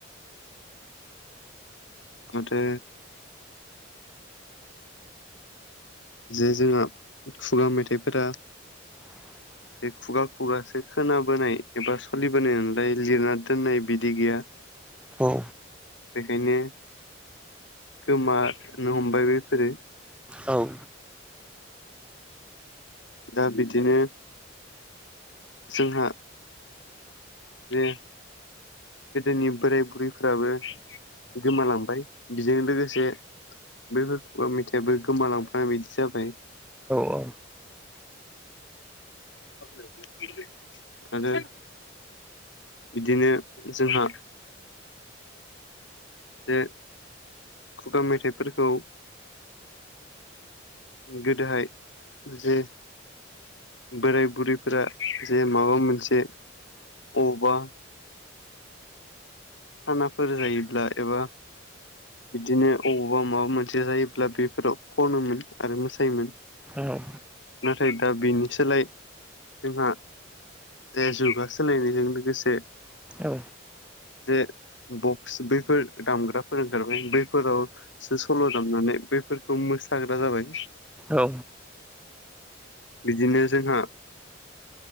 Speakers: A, on the left; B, in the centre.
A: मा थो जे जोंहा खुगा मेथाइफोरा
B: <unintelligible>
A: बे खुगा खुगासो खोनाबोनाय एबा सोलिबोनाय नलाय लिरना दोननाय बिदि गैया
B: औ
A: बेखायनो गोमानो हमबाय बेफोरो
B: औ
A: दा बिदिनो जोंहा जे गोदोनि बोराय बुरैफोराबो गोमालांबाय बेजों लोगोसे बेफोरखौा मेथाइाबो गोमालांफानाय बिदि जाबाय
B: औ
A: <unintelligible> आरो बिदिनो जोंहा जे खुगा मेथाइफोरखौ गोदोहाय जे बोराय बुरैफोरा जे माबा मोनसे औबा खानाफोर जायोब्ला एबा बिदिनो अबावबा माबा मोनसे जायोब्ला बेफोराव खनोमोन आरो मोसायोमोन
B: औ
A: नाथाय दा बेनि सोलाय जोंहा दे जुगा सोलायनायजों लोगोसे
B: औ
A: जे बक्स बैफोर दामग्राफोर ओंखारबाय बैफोरावसो सल' दामनानै बेफोरखौ मोसाग्रा जाबाय
B: औ
A: बिदिनो जोंहा